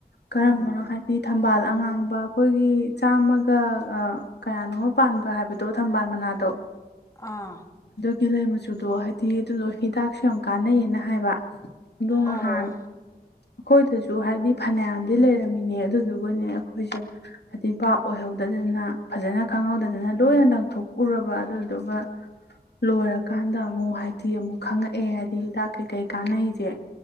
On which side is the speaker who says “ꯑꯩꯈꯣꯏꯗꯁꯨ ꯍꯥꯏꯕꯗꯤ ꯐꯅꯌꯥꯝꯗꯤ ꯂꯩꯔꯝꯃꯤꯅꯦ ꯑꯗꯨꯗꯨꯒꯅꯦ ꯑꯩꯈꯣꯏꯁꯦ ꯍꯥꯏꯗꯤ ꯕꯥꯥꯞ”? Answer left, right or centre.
Left